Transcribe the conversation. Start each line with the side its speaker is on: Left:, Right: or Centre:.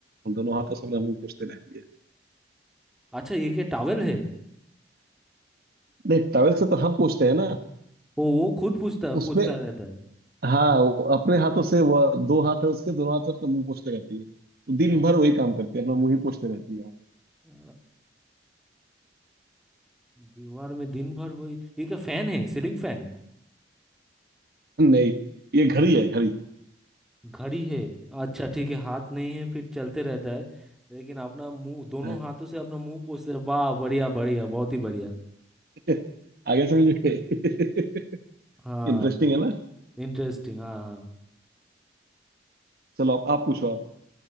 Right: हम दोनों हाथों से अपना मुंह पोंछते रहती है
Centre: अच्छा ये क्या टॉवल है
Right: नहीं टॉवल से तो हम पोंछते हैं ना
Centre: वो वो खुद पूछता
Right: उसमें
Centre: पूछता रहता है
Right: हाँ वो अपने हाथों से वो दो हाथ है उसके दोनों हाथ से अपना मुंह पोंछते रहती है वो दिन भर वही काम करती है अपना मुंह ही पोंछते रहती है वो।
Centre: अ, दीवार में दिन भर वही ये क्या फैन है सीलिंग फैन
Right: नहीं ये घड़ी है घड़ी
Centre: घड़ी है अच्छा ठीक है हाथ नहीं है फिर चलते रहता है लेकिन अपना मुंह दोनों
Right: हाँ
Centre: हाथों से अपना मुंह पोंछते रहे वाह बढ़िया बढ़िया बहुत ही बढ़िया
Right: <laughs> आगे समझ गए <laughs>
Centre: हाँ
Right: इंटरेस्टिंग है ना
Centre: इंटरेस्टिंग हाँ हाँ
Right: चलो आप आप पूछो आप